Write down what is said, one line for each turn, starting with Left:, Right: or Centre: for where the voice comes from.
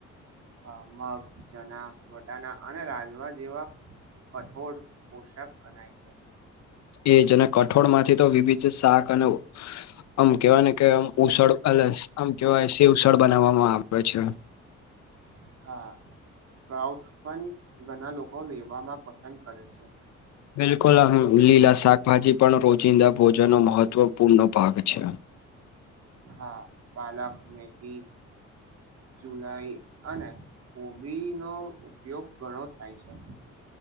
Right: હા મગ, ચણા, વટાણા અને રાજમા જેવા કઠોળ પોષક ગણાય છે.
Left: એજ અને કઠોળ માંથી તો વિવિધ શાક અને આમ કેવાય ને કેમ ઉસળ અલગ આમ કેવાય શેવ ઉસળ બનાવવામાં આવે છે.
Right: <inaudible> હા સ્પ્રાઉટ પણ ઘણા લોકો લેવામાં પસંદ કરે છે.
Left: બિલકુલ આમ લીલા શાકભાજી પણ રોજિંદા ભોજન નો મહત્વપૂર્ણ ભાગ છે.
Right: હા પાલક, મેથી જુલાઈ અને હોબીનો ઉપયોગ ઘણો થાય છે.